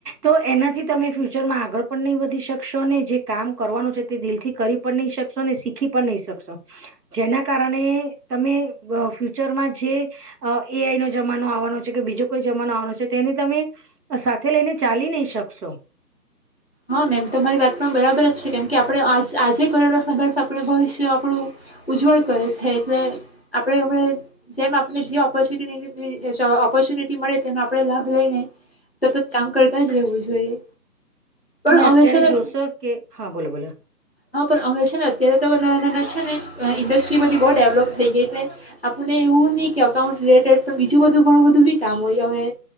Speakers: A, on the right (about 70°); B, on the left (about 40°).
A: તો એનાથી તમે ફ્યુચરમાં આગળ પણ નહીં વધી શકશો જે. કામ કરવાનું છે તે દિલથી કરી પણ નહી શકશો અને શીખી પણ નહી શકશો જેના કારણે તમે ફ્યુચરમાં જે એઆઈ નો જમાનો આવવાનો છે કે બીજો કોઈ જમાનો આવવાનો છે તેને તમે સાથે લઈને ચાલી નહી શકશો.
B: હા મેમ તમારી વાત પણ બરાબર જ છે કેમ આપણે આજે કરનો સંદર્ભ આપણે ભવિષ્ય આપણું ઉજ્જવળ કરે છે એટલે આપણે એમ જેમ આપણે જે ઓપોર્ચુનિટી ઓપોર્ચ્યુનિટી મળે તેનો આપણે લાભ લઈને સતત કામ કરતા જ રહેવું જોઈએ.
A: તમે
B: પણ હવે
A: અત્યારે
B: છે ને
A: જોશો કે હા બોલો બોલો.
B: હા પણ અમે છે ને અત્યારે તો બધા ના નાના છે ને ઇન્ડસ્ટ્રી બધી બહુ ડેવલોપ થઈ ગઈ એટલે આપણને એવું નહ કે અઉન્ટ રિલેટેડ પણ બીજું બધું ઘણું બધું બી કામ હોય અ